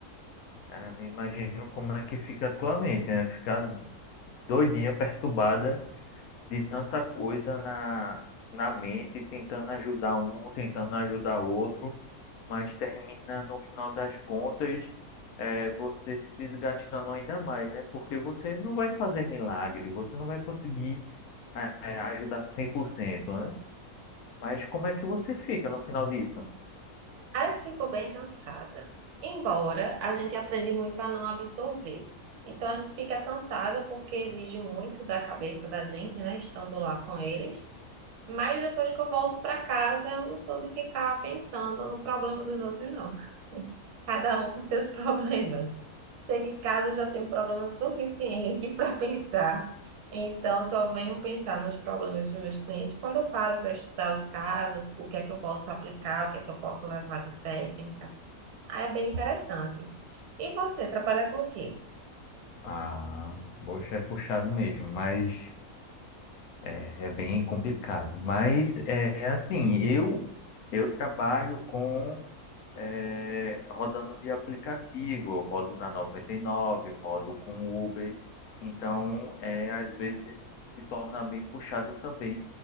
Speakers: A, on the left (about 75°); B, on the right (about 85°).
A: Cara, me imagino como é que fica a tua mente, né? Ficar doidinha, perturbada de tanta coisa na, na mente, tentando ajudar um, tentando ajudar outro, mas termina, no final das contas, é, você se desgastando ainda mais, né? Porque você não vai fazer milagre, você não vai conseguir, é, ajudar 100%, né? Mas como é que você fica no final disso?
B: Aí eu fico bem cansada. Embora a gente aprende muito a não absorver. Então a gente fica cansada porque exige muito da cabeça da gente, né? Estando lá com eles. Mas depois que eu volto para casa, eu não sou de ficar pensando no problema dos outros, não. Cada um com seus <laughs> problemas. Chego em casa, eu já tenho um problema suficiente para pensar. Então, eu só venho pensar nos problemas dos meus clientes quando eu paro para estudar os casos, o que é que eu posso aplicar, o que é que eu posso levar de técnica. Aí é bem interessante. E você, trabalha com o quê?
A: Ah, poxa, é puxado mesmo, mas É, é bem complicado, mas é assim, eu eu trabalho com é, rodando de aplicativo, eu rodo na 99, rodo com Uber, então é, às vezes se torna bem puxado também,